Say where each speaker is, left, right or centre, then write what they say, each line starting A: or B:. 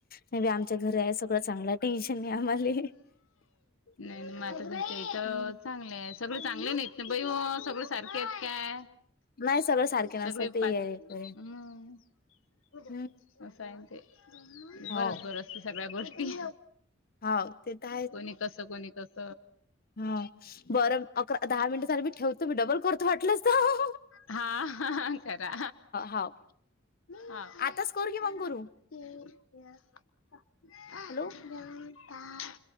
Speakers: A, on the left; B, on the left.
A: नाही बईआमच्या घरी आहे सगळं चांगलं टेन्शन आहे आम्हाले.
B: नाही मता त इथ
A: हम्म
B: चांगले आहे सगळे चांगले नाहीत ना, सगळ <unintelligible> सारखे हेत काय
A: नाही सगळं सारखे
B: सगळे
A: नसतात ते
B: पाच
A: आहे खरे
B: हम्म. <unintelligible>
A: हम्म
B: आहे ते
A: हाव
B: बरच बर असते सगळ्या गोष्टी
A: हाव ते तर
B: कोणी कस कोणी कस
A: हा बरं अकरा दहा मिनिट, झाली मी ठेवतो मी डबल करतो वाटलंसत.
B: हा हा करा.
A: हाव
B: हा.
A: आताच करू की
B: <unintelligible>
A: मग करू हॅलो.
B: गता <unintelligible>